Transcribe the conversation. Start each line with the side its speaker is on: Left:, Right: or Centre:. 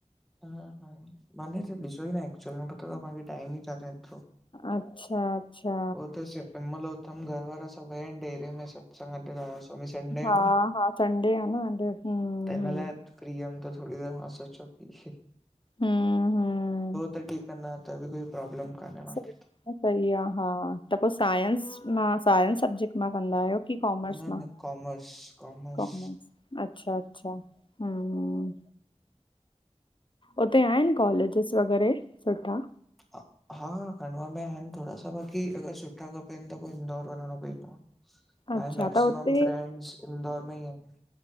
Centre: हा हा माने त ॾिसो ही नाहे ऐक्चुल मे पतो तव माखे टाइम ही कान्हे ऐतिरो।
Left: अच्छा अच्छा
Centre: हो त सिर्फ हिमल उथिम घर वारा सब विया आहिनि डेरे में सत्संग ते राधा स्वामी संडे
Left: हा
Centre: आ न
Left: हा संडे आ न अॼु हम्म
Centre: त हिन
Left: हम्म।
Centre: लाइ फ्री हुअम त थोड़ी देर मां सोचो थियो
Left: हम्म हम्म
Centre: त ठीक आ, न त बि कोई पॉब्लम कान्हे
Left: सही
Centre: मांखे।
Left: आहे सही आहे हा त पो, सायंस मां सायंस सब्जेक्ट मां कंदा आहियो? कि कोमर्स
Centre: न
Left: मां?
Centre: न कॉमर्स कॉमर्स
Left: कोमर्स अच्छा अच्छा हम्म उते आहिनि कॉलेजिस वग़ैरह सुठा?
Centre: <inaudible> हा हा खंडवा में आहिनि थोरा स बाक़ी अगर सुठा खपनि त पो इंदौर वञिणो पईंदो आ।
Left: अच्छा
Centre: आहिन मैक्सीमम
Left: त हुते
Centre: फ्रेंडस इंदौर में ही आहिनि।